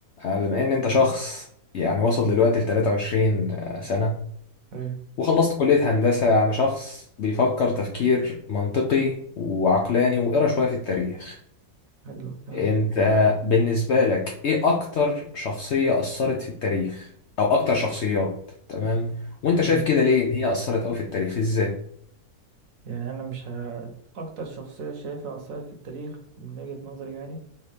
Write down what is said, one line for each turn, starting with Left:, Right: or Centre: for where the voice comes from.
Left: آه، بما ان انت شخص يعني وصل دلوقتي ل 23 سنة
Right: حلو
Left: وخلصت كلية هندسة يعني شخص بيفكر تفكير منطقي وعقلاني وقرا شوية في التاريخ
Right: حلو آه.
Left: انت بالنسبة لك ايه اكتر شخصية اثرت في التاريخ او اكتر شخصيات تمام وانت شايف
Right: مم.
Left: كده ليه ان هي اثرت قوي في التاريخ ازاي
Right: يعني انا مش ه... اكتر شخصية شايفها اثرت في التاريخ من وجهة نظري يعني